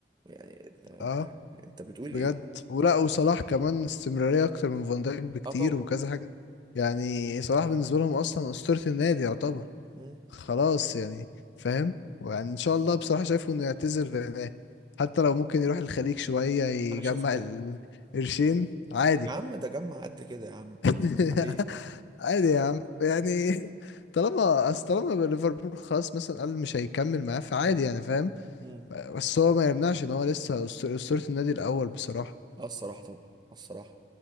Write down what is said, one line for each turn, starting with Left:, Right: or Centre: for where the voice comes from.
Right: يعني انت
Left: اه
Right: أنت بتقول
Left: بجد
Right: ايه؟
Left: ولا وصلاح
Right: بتقول إيه؟
Left: كمان استمرارية أكتر من فان دايك بكتير
Right: اه طبعا
Left: وكذا حاجة يعني صلاح بالنسبة لهم أصلا أسطورة النادي يعتبر
Right: <laughs> مم.
Left: خلاص يعني فاهم ويعني إن شاء الله بصراحة شايفه إنه يعتزل في النهاية. حتى لو ممكن يروح الخليج شوية يجمع
Right: انا شايف كده
Left: القرشين عادي
Right: يا عم ده جمع قد كده يا عم
Left: <laughs>
Right: عليه
Left: عادي يا عم يعني طالما أصل طالما ليفربول خلاص مثلا قال مش هيكمل معاه فعادي يعني فاهم
Right: <laughs>
Left: بس هو ما يمنعش إن هو لسه أسطورة النادي الأول بصراحة
Right: اه الصراحة طبعا آه الصراحة